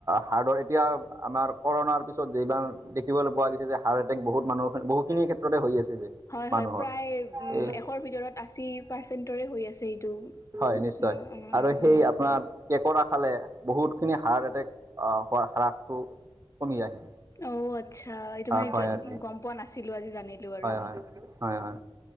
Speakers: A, on the right; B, on the left.
A: হাৰ্টৰ এতিয়া, আমাৰ কৰুণাৰ পিছত, যিমান দেখিবলৈ পোৱা গৈছে যে! হাৰ্ট এটেক বহুত মানুহ, বহুখিনি ক্ষেত্ৰতে হৈ আছে যে।
B: হয়, হয়।
A: মানুহৰ
B: প্ৰায়, উম!
A: এই
B: এশৰ ভিতৰত, আশী পাৰ্চেন্টৰে হৈ আছে। এইটো।
A: হয়, নিশ্চয়!
B: ন অ'
A: আৰু সেই আপোনাৰ, কেঁকোৰা খালে, বহুতখিনি হাৰ্ট এটেক, হোৱাৰ হ্ৰাসটো কমি আহে।
B: অ'! আচ্ছা। এইটো
A: হ্ৰাস
B: মানে
A: হয় আৰু কি
B: গম পোৱা নাছিলোঁ, আজি জানিলোঁ আৰু।
A: হয় হয় হয় হয়